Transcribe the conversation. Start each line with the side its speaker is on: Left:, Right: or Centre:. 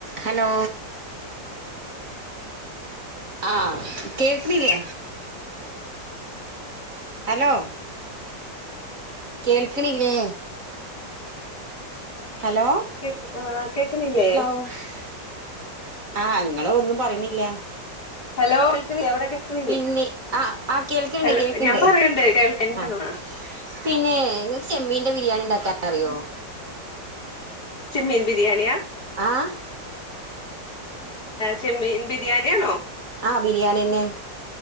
Right: Hello ആഹ് കേൾക്കണില്ലേ hello കേൾക്കണില്ലേ ഹലോ
Left: കേ ആഹ് കേക്കണില്ലേ
Right: ഓഹ് ആഹ് ഇങ്ങള് ഒന്നും പറയണില്ല
Left: ഹലോ കേൾക്കണില്ലേ അവിടെ കേൾക്കണില്ലേ
Right: പിന്നെ ആഹ് ആഹ് കേൾക്കണ്ട്
Left: ഹലോ
Right: കേൾക്കണ്ട്
Left: ഞാൻ പറയണ്ട് കേൾക്കണ്ടോ
Right: ആഹ് പിന്നെ ഇങ്ങക്ക് ചെമ്മീന്റെ ബിരിയാണി ഉണ്ടാക്കാൻ അറിയോ
Left: ചെമ്മീൻ ബിരിയാണിയ
Right: ആഹ്
Left: ചെമ്മീൻ ബിരിയാണിയാണോ
Right: ആഹ് ബിരിയാണിയന്നെ